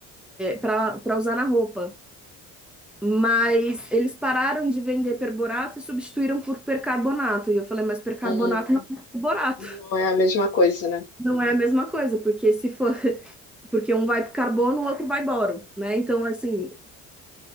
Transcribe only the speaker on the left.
hum.
Não é a mesma coisa, né?